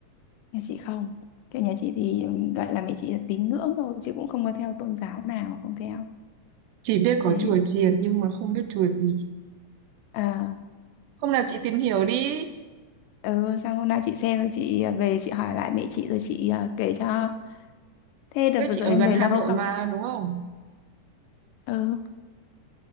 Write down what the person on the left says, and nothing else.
nhà chị không kiểu nhà chị thì ừm, gọi là mẹ chị là tín ngưỡng thôi chứ cũng không có theo tôn giáo nào không theo
Đấy.
à
ừ sang hôm nay chị xem rồi chị à, về chị hỏi lại mẹ chị rồi chị à, kể cho thế đợt
vừa
rồi
em
về
lâu
không
ừ